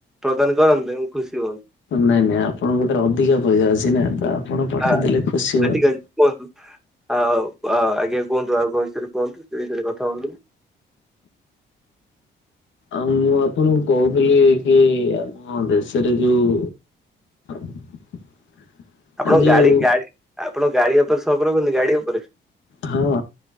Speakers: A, in the centre; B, on the left.
A: ପ୍ରଦାନ କରନ୍ତେ ମୁ ଖୁସି ହୁଅନ୍ତି।
B: ନାଇଁ ନାଇଁ ଆପଣଙ୍କ ଠାରେ ଅଧିକା ପଇସା ଅଛି ନା ତ ଆପଣ ପଠେଇଦେଲେ
A: ହଁ
B: ଖୁସି ହୁଅନ୍ତି
A: ଆର୍ଟିକାଲ୍। କୁହନ୍ତୁ ଆଉ ଆଜ୍ଞା କୁହନ୍ତୁ ଆଉ କାହା ବିଷୟରେ କୁହନ୍ତୁ ସେହି ବିଷୟରେ କଥା ହୁଅନ୍ତୁ।
B: ଆଉ ମୁଁ ଆପଣଙ୍କୁ କହୁଥିଲି କି ଆମ ଦେଶରେ ଯୋଉ <inaudible>
A: ଆପଣ
B: ଯୋଉ
A: ଗାଡି ଗାଡି ଆପଣ ଗାଡି ଉପରେ ସଗ ରଖୁଚନ୍ତି ଗାଡି ଉପରେ?
B: ହଁ।